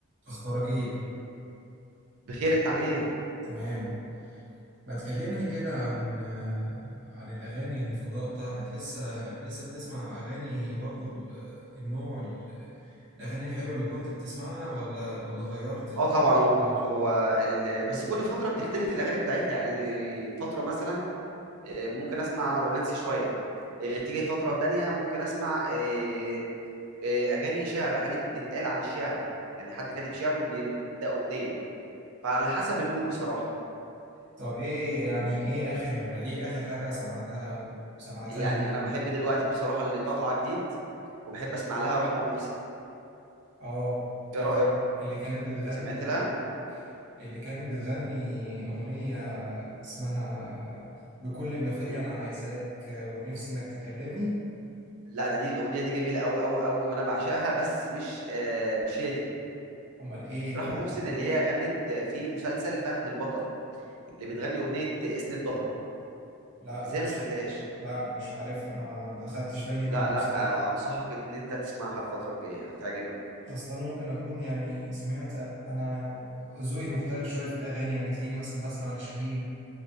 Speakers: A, on the right; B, on the right.
A: اخبارك ايه
B: بخير انت عامل ايه
A: تمام ما تكلمني كده عن آه، عن الاغاني المفضله بتاعتك لسه لسه بتسمع اغاني برضو ال- النوع ال- الاغاني الحلوه اللي كنت بتسمعها ولا ولا غيرت ال-
B: اه طبعا هو
A: الغير
B: هو ال... بس كل فتره بتختلف الاغاني بتاعتها يعني إيه، فتره مثلا إيه، ممكن اسمع رومانسي شويه إيه، تيجي فتره تانية ممكن اسمع إيه، إيه، اغاني شعر اغاني بتتقال عن الشعر يعني حد كاتب شعر وبيبدا اغنيه فعلى حسب المود بصراحه
A: طب ايه يعني ايه اخر ايه اخر حاجه سمعتها وسمعتها
B: يعني
A: لمين
B: انا بحب دلوقتي بصراحه اللي طالعه جديد وبحب اسمع لها رحمه محسن
A: اه اه
B: ايه رايك
A: اللي كانت بتغني
B: سمعت لها
A: اللي كانت بتغني اغنيه اسمها بكل ما فيا
B: مم.
A: انا عايزاك ونفسي انك تكلمني
B: لا ده دي الاغنيه دي جميله قوي قوي قوي وانا بعشقها بس مش آه مش هي دي
A: امال ايه
B: رحمة
A: بتاعت
B: محسن اللي هي غنت في مسلسل فهد البطل اللي بتغني أغنية اسند ظهرك
A: لا
B: ازاي
A: مش
B: ما سمعتهاش
A: لا مش عارفها ما ما خدتش بالي
B: لا
A: منها
B: لا
A: بصراحة
B: آه، أنصحك إن أنت تسمعها الفترة الجاية هتعجبك
A: اصلا انا ممكن اكون يعني سمعت انا ذوقي مختلف شوية في الاغاني يعني تلاقيني مثلا بسمع لشاهين